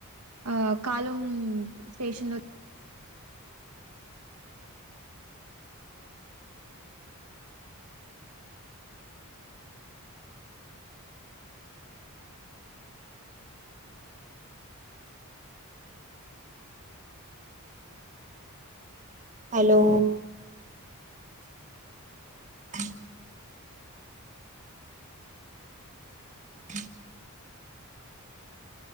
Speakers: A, on the right; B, on the right.
A: ఆ కాలం స్టేషన్ లో
B: హలో అ హ